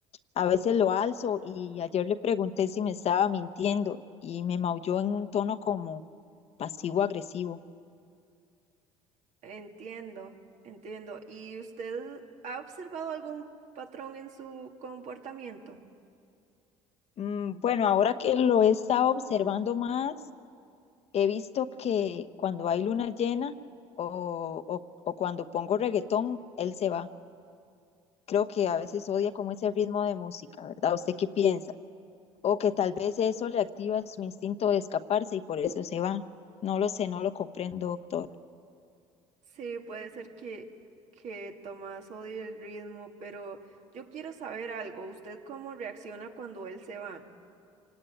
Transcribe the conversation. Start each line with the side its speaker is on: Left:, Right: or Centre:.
Left: a veces lo alzo y ayer le pregunté si me estaba mintiendo y me maulló en un tono como pasivo-agresivo.
Right: Entiendo, entiendo. ¿Y usted ha observado algún patrón en su comportamiento?
Left: Mm, Bueno, ahora que lo he estado observando más, he visto que cuando hay luna llena o, o, o cuando pongo reggaetón, él se va. Creo que a veces odia como ese ritmo de música, ¿verdad? ¿Usted qué piensa? O que tal vez eso le activa su instinto de escaparse y por eso se va. No lo sé, no lo comprendo, doctor.
Right: Sí, puede ser que, que Tomás odie el ritmo, pero yo quiero saber algo. ¿Usted cómo reacciona cuando él se va?